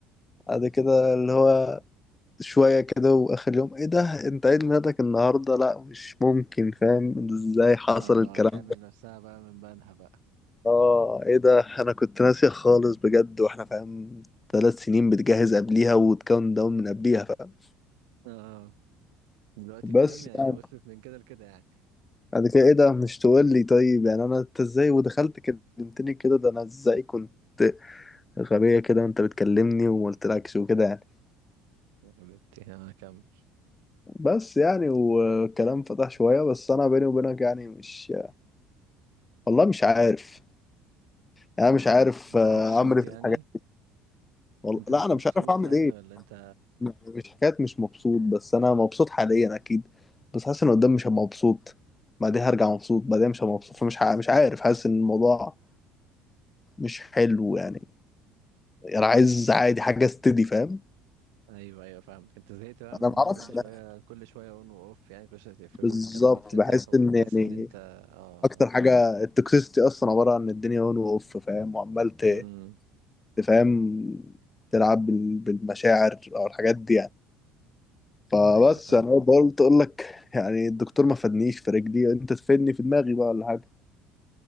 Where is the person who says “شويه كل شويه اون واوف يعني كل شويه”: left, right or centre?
Right